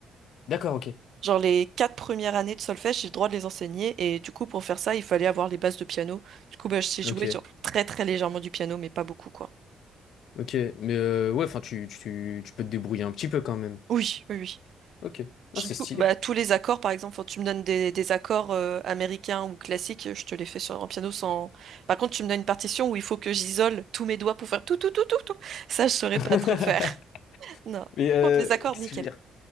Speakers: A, on the left (about 75°); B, on the right (about 65°).
A: D'accord, ok.
B: Genre les quatre premières années de solfège, j'ai le droit de les enseigner et du coup pour faire ça, il fallait avoir les bases de piano. Du coup, bah, je sais jouer
A: Ok.
B: genre très très légèrement du piano, mais pas beaucoup quoi.
A: Ok, mais euh, ouais, enfin, tu, tu, tu peux te débrouiller un petit peu quand même.
B: Oui, oui, oui.
A: Ok, non,
B: Je-
A: c'est
B: tout-
A: stylé.
B: bah, tous les accords, par exemple, quand tu me donnes des, des accords euh, américains ou classiques, je te les fais sur un piano sans. Par contre, tu me donnes une partition où il faut que j'isole tous mes doigts pour faire tout tout tout tout tout. Ça, je saurais
A: <laughs>
B: pas trop faire. <laughs> Non.
A: Mais euh,
B: Par contre, les accords,
A: qu'est-ce
B: nickel.
A: que je veux dire?